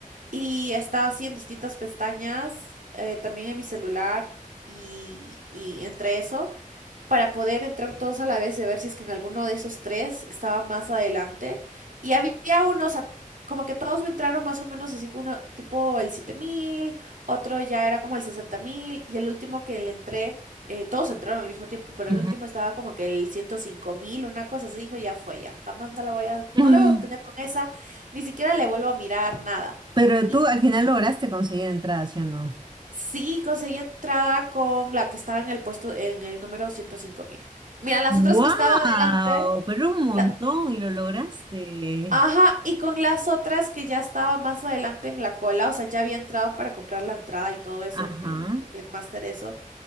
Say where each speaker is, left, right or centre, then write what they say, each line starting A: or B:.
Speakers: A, on the right (about 65°); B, on the right (about 30°).
A: y estaba así en distintas pestañas, eh, también en mi celular y, y entre esos para poder entrar todos a la vez y ver si es que en alguno de esos tres estaba más adelante. Y había unos, a- como que todos me entraron más o menos así, uno tipo el 7000 otro ya era como el 60000 y el último que le entré, eh, todos entraron al mismo tiempo, pero
B: ujú.
A: el último
B: <laughs>
A: estaba como que el 105000 una cosa así, dijo, ya fue, ya jamás no la voy a, no
B: Mm.
A: la voy a obtener con esa, ni siquiera le vuelvo a mirar nada.
B: Pero
A: Y
B: tú al final lograste conseguir entrada, ¿sí o no?
A: Sí, conseguí entrada con la que estaba en el puesto, en el número ciento cinco mil. Mira, las
B: ¡Wow!
A: otras que estaba adelante,
B: Pero un montón
A: la-
B: y lo lograste.
A: ajá, y con las otras que ya estaba más adelante en la cola, o sea, ya había entrado para comprar la entrada y todo eso
B: Ajá.
A: en el Ticketmaster, eso,